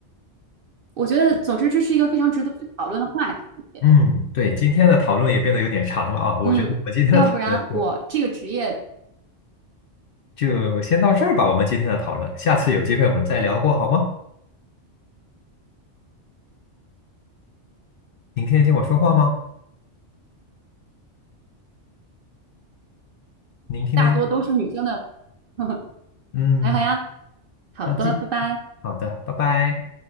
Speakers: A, on the right (about 55°); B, on the left (about 60°).
A: 我觉得，总之这是一个非常值得去讨论的话题。
B: 嗯，对，今天的讨论也变得有点长了啊，我觉得我们今天的讨论就
A: 嗯，要不然我这个职业
B: 就先到这儿吧，我们今天的讨论，下次有机会我们再聊过好吗？您听得见我说话吗？您听得见？
A: 大多都是女生的。<laughs>
B: 嗯，
A: 还好呀，好的，
B: 那记，
A: 拜拜。
B: 好的，拜拜。